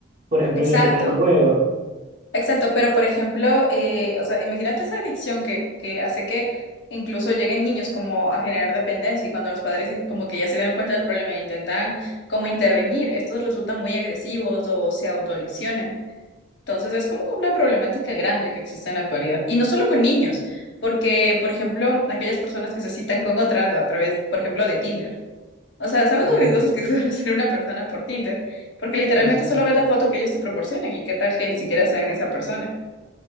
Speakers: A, on the right (about 40°); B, on the left (about 65°).
A: por ejemplo,
B: Exacto.
A: en el tema de los juegos.
B: Exacto, pero por ejemplo, eh, o sea, imagínate esa adicción que, que hace que incluso lleguen niños como a generar dependencia y cuando los padres in- como que ya se dan cuenta del problema e intentan como intervenir, estos resultan muy agresivos o se autolesionan. Entonces es como una problemática grande que existe en la actualidad. Y no solo con niños, porque por ejemplo, aquellas personas que se citan con otras a través, por ejemplo, de Tinder. O sea, ¿sabes
A: Ajá,
B: lo riesgosos que <laughs> suele ser una persona por Tinder? Porque literalmente
A: sí, sí.
B: solo ves la foto que ellos te proporcionan y qué tal que ni siquiera sean esa persona.